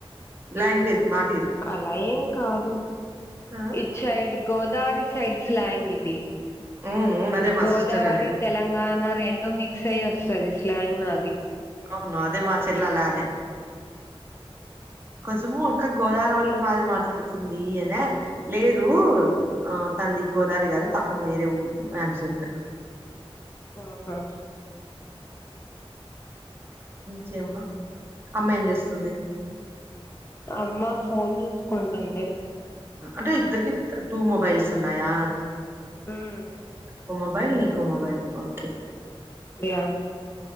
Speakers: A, on the right (about 25°); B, on the left (about 25°).
A: లాంగ్వేజ్. మా తీరు
B: అలా ఏం కాదు
A: ఆ!
B: It side Godari. Side slang ఇది
A: అవును అదే మా
B: గోదావరి
A: సిస్టర్ అనే
B: తెలంగాణ రెం మిక్స్ అయ్యి వస్తుంది. సది స్లాంగ్ నా అది
A: అవును అదే మా చెల్లలా అనే కొంచెము అక్క గోదారి వాల్ల మాదిరి మాట్లాడుతుంది అనే లేదు ఆ తంది గోదారి కాదు పక్కన వేరే ఊ అని చెప్పిన.
B: ఆహా
A: కే అమ్మా అమ్మా ఏం చేస్తుంది.
B: అమ్మ ఫోన్ చూసుకుంటుంది.
A: అంటే ఇద్దరికి టూ మొబైల్స్ ఉన్నాయా.
B: ఉమ్
A: ఒక మొబైల్ న మొబైల్ ఓకే
B: యా